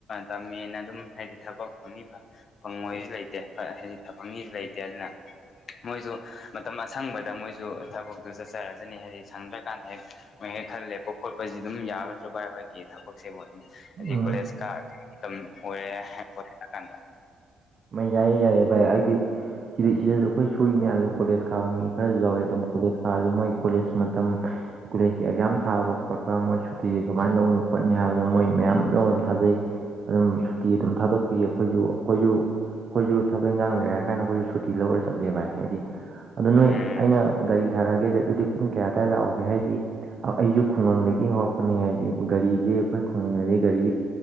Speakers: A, on the left; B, on the right.
A: ꯇꯝꯃꯦꯅ ꯑꯗꯨꯝ ꯍꯥꯏꯗꯤ ꯊꯕꯛ ꯐꯪꯅꯤ ꯐꯪꯉꯣꯏꯁꯨ ꯂꯩꯇꯦ ꯍꯣꯏ ꯍꯥꯏꯗꯤ ꯐꯪꯅꯤꯁꯨ ꯂꯩꯇꯦ ꯑꯗꯨꯅ ꯃꯣꯏꯁꯨ ꯃꯇꯝ ꯑꯁꯪꯕꯗ ꯃꯣꯏꯁꯨ ꯊꯕꯛꯇꯨ ꯆꯠꯆꯔꯖꯅꯤ ꯍꯥꯏꯗꯤ ꯁꯪꯗ꯭ꯔꯀꯥꯟꯗ ꯍꯦꯛ ꯃꯣꯏ ꯍꯦꯛ ꯈꯔ ꯂꯦꯞꯄ ꯈꯣꯠꯄꯁꯤ ꯑꯗꯨꯝ ꯌꯥꯒꯗ꯭ꯔꯥ ꯚꯥꯏ ꯍꯥꯏꯒꯤ ꯊꯕꯛꯁꯤꯕꯨ ꯑꯗꯨꯝ ꯑꯗꯩꯩ
B: ꯎꯝ
A: ꯀꯣꯂꯦꯁ ꯀꯥ <unintelligible> ꯀꯥꯥꯟꯗ
B: <unintelligible> ꯕꯥꯏ ꯌꯥꯏꯌꯦ ꯌꯥꯏꯌꯦ ꯚꯥꯏ ꯑꯩꯗꯤ ꯁꯤꯗꯩ ꯁꯤꯗꯁꯨ ꯑꯩꯈꯣꯏ ꯁꯨꯔꯤ ꯃꯌꯥꯝꯁꯨ ꯀꯣꯂꯦꯖ ꯀꯥꯕ ꯃꯤ ꯈꯔꯁꯨ ꯌꯥꯎꯔꯦ ꯑꯗꯨꯝ ꯀꯣꯂꯦꯖ ꯀꯥꯁꯨ ꯃꯣꯏ ꯀꯣꯂꯦꯖ ꯃꯇꯝ ꯀꯣꯂꯦꯖꯀꯤ ꯑꯦꯛꯖꯥꯝ ꯊꯥꯕ ꯈꯣꯠꯄ ꯃꯣꯏ ꯁꯨꯇꯤ ꯁꯨꯃꯥꯏꯅ ꯂꯧꯅꯤ ꯈꯣꯠꯅꯤ ꯍꯥꯏꯕꯗ ꯃꯣꯏ ꯃꯌꯥꯝ ꯂꯧꯔ ꯑꯃ ꯊꯥꯖꯩ ꯑꯗꯨꯝ ꯁꯨꯇꯤ ꯑꯗꯨꯝ ꯊꯥꯗꯣꯛꯄꯤ ꯑꯩꯈꯣꯏꯁꯨ ꯑꯩꯈꯣꯏꯁꯨ ꯑꯩꯈꯣꯏꯁꯨ ꯊꯕꯛ ꯏꯟꯈꯥꯡ ꯂꯩꯔꯦ ꯍꯥꯏ ꯀꯥꯏꯅ ꯑꯩꯈꯣꯏꯁꯨ ꯁꯨꯇꯤ ꯂꯧꯔꯒ ꯆꯠꯂꯦ ꯚꯥꯏ ꯍꯥꯏꯗꯤ ꯑꯗꯨꯗꯣ ꯅꯣꯏ
A: ꯎꯝ
B: ꯑꯩꯅ ꯒꯥꯔꯤ ꯌꯥꯔꯒꯦꯁꯦ ꯑꯗꯨꯗꯤ ꯄꯨꯡ ꯀꯌꯥ ꯑꯗꯋꯥꯏ ꯂꯥꯛꯑꯣꯒꯦ ꯍꯥꯏꯗꯤ ꯑꯩꯁꯨ ꯈꯨꯡꯒꯪꯗꯒꯤ ꯍꯧꯔꯛꯄꯅꯤ ꯍꯥꯏꯗꯤ ꯒꯥꯔꯤꯁꯦ ꯑꯩꯈꯣꯏ ꯈꯨꯡꯒꯪꯗꯗꯤ ꯒꯥꯔꯤ